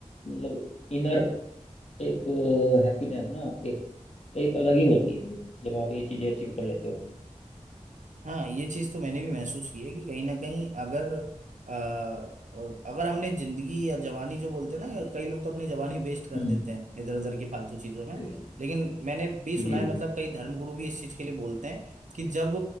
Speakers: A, on the left; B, on the right.
A: मतलब इनर एक हैप्पीनेस ना आपके एक अलग ही होती है फिर जब आप ये चीजें अचीव कर लेते हो
B: हाँ ये चीज़ तो मैंने भी महसूस की है कि कहीं ना कहीं अगर अ, अगर हमने जिंदगी या जवानी जो बोलते हैं ना कई लोग तो अपनी जवानी वेस्ट कर
A: हम्म
B: देते हैं इधर उधर की फालतू चीज़ों में
A: सही बात।
B: लेकिन मैंने भी
A: जी
B: सुना है
A: जी
B: मतलब कई धर्मगुरु भी इस चीज़ के लिए बोलते हैं कि जब